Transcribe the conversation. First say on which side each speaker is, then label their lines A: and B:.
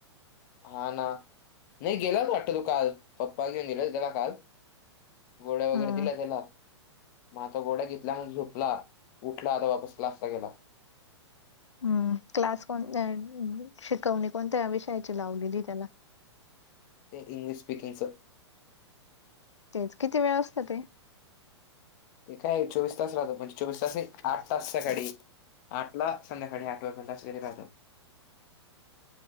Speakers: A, on the left (about 45°); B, on the left (about 80°).
A: हा ना नाही गेला वाटत तो काल पप्पा घेऊन गेले होते काल. गोळ्या वगैरे
B: हा
A: दिल्या त्याला मग आता गोळ्या घेतलानंतर झोपला. उठला आता वापस क्लासला गेला.
B: हम्म क्लास कोणता आहे, शिकवणी कोणत्या विषयाची लावलेली त्याला?
A: ते इंग्लिश स्पीकिंगचं.
B: तेच किती वेळ असतं ते?
A: ते काय चोवीस तास राहतो म्हणजे चोवीस तासात एक आठ तासासाठी. आठला संध्याकाळी आठ वाजून <unintelligible>